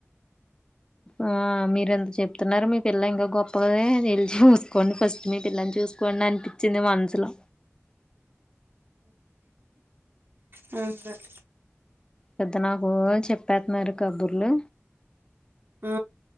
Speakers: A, on the left (about 20°); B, on the right (about 50°).
A: ఆ మీర ఎంత చెప్తున్నారు మీ పిల్ల ఇంకా గొప్పగాదే నిలిచి చూసుకోండి ఫస్ట్ మీ పిల్లని చూసుకోండి అనిపించింది మనసులో
B: అవును సార్
A: పెద్ద నాకు చెప్పేత్తన్నారు కబుర్లు.
B: ఆ